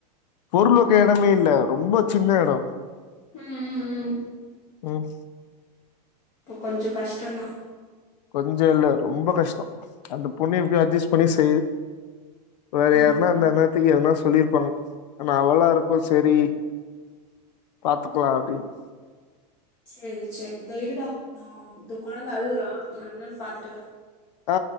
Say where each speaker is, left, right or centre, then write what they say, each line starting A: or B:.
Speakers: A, on the left; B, on the left.
A: பொருள் வக்க எடமே இல்ல ரொம்ப சின்ன எட
B: ம் ம் ம்
A: ம்
B: அப்ப கொஞ்ச கஷ்டந்தா
A: கொஞ்ச இல்ல ரொம்ப கஷ்ட அந்த பொண்ணு எப்டியோ அஜஸ் பண்ணி செய்து வேற
B: ஆமா
A: யாருன்னா
B: ஆமா
A: இந்தா இன்னேரத்திக்கு எதனா சொல்லிருப்பாங்க ஆனா அவளா இருக்கவு செரி பாத்துக்கலா அப்டின்னு
B: சேரி சேரி இதோ இருடா, நா இதோ கொழந்த அழுவுறா நா என்னன்னு பாத்துட்டு வர
A: ஆ